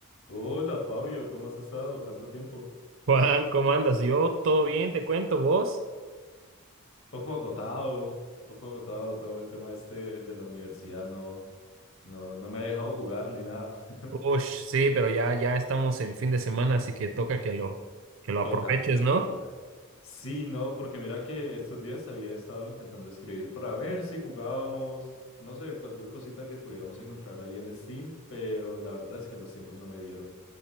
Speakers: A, on the left; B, on the right.
A: Hola Fabio, ¿cómo has estado? Tanto tiempo.
B: Juan, ¿cómo andas? Yo todo bien, te cuento, ¿vos?
A: Poco agotado, poco agotado todo el tema este de la universidad, no, no, no me ha dejado jugar ni nada. <laughs>
B: Ush, sí, pero ya, ya estamos en fin de semana, así que toca que lo, que lo
A: Toca,
B: aproveches,
A: literal.
B: ¿no?
A: Sí, no, porque mira que estos días había estado intentando escribir para ver si jugábamos, no sé, cualquier cosita que pudiéramos encontrar ahí en Steam, pero la verdad es que los tiempos no me dieron.